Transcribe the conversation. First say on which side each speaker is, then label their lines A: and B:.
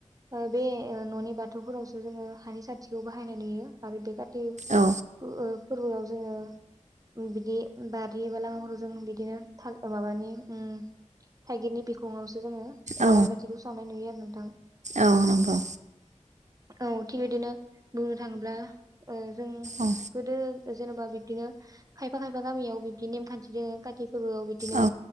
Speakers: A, on the right (about 30°); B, on the right (about 70°).
A: ओ बे ओ न'नि बाथौफोरावसो जोङो हानि साथिखौ बाहायनाय नुयो आरो बे का टि ओ
B: औ
A: ओब फोरबोआव जोङो उम बिदि बार <unintelligible> जों बिदिनो था ओ माबानि उम थाइगिरनि बिखुङावसो जोङो ओ
B: औ
A: आलारि बाथिखौ सावनाय नुयो। नोंथां
B: औ नंगौ।
A: औ थिग बिदिनो बुंनो थाङोब्ला ओ जों
B: औ
A: गोदो जेनेबा बिब्दिनो खायफा-खायफा गामियाव बिबदि नेमखान्थि दोङो काटि फोरबोआव बिदिनो
B: औ